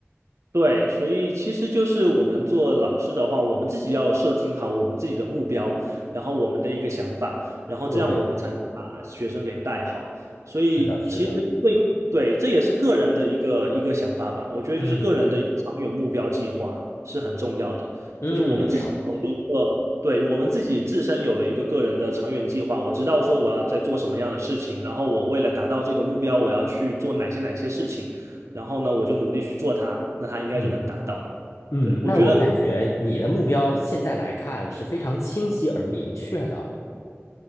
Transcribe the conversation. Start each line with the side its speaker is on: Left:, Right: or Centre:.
Right: 对，所以其实就是我们做老师的话，我们自己要设定好我们自己的目标，然后我们的一个想法，然后这样我们才能把学生给带好。
Left: 对，
Right: 所以其实对对，
Left: 是的，是的，
Right: 这也是个人的一个一个想法吧。我觉得就是个人的一个长远目标计划是很重要的，
Left: 嗯嗯，
Right: 就是我们自己有了一个，
Left: 了解，
Right: 对，我们自己自身有了一个个人的长远计划，我知道说我要在做什么样的事情，然后我为了达到这个目标，我要去做哪些哪些事情。然后呢，我就努力去做它，那它应该就能达到。
Left: 嗯嗯，
Right: 对，我觉得，
Left: 那我感觉你的目标现在来看是非常清晰而明确的。